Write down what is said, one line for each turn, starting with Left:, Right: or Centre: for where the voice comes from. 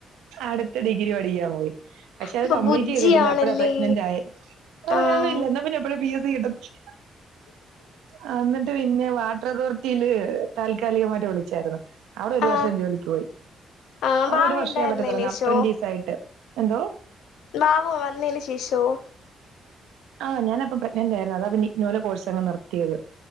Right: അടുത്ത ഡിഗ്രി പഠിക്കാൻ പോയി പക്ഷെ
Left: ഇപ്പൊ
Right: അത് കംപ്ലീറ്റ്
Left: ബുജ്ജിയാണല്ലേ
Right: ചെയ്തിട്ടില്ല അപ്പഴാ പ്രഗ്നന്റ് ആയെ അങ്ങനൊന്നുയില്ല
Left: ആഹ്
Right: എന്നാ പിന്നെ എപ്പഴും പി എസ് സി കിട്ടത്തില്ല ആഹ് അന്നിട്ട് പിന്നെ വാ ട്ടർ അതോർട്ടില് താല്ക്കാലികമായിട്ട് വിളിച്ചാരുന്നു അവിടെ ഒരു
Left: ആഹ്
Right: വർഷം ജോലിക്ക് പോയി
Left: ആഹ്
Right: അവിടൊരു
Left: ബാവ
Right: വർഷേ
Left: ഉണ്ടായിരുന്നേനേശോ
Right: പറ്റതൊള്ളൂ അപ്രൻറിസയിട്ട് എന്തോ
Left: വാവോ വന്നേന് ശേഷമോ
Right: ആഹ് ഞാനപ്പ പ്രഗ്ന്ന്റായിരുന്നു അതാ പിന്നെ ഇകനൗലെ കോഴ്സ് അങ്ങ് നിർത്തിയത്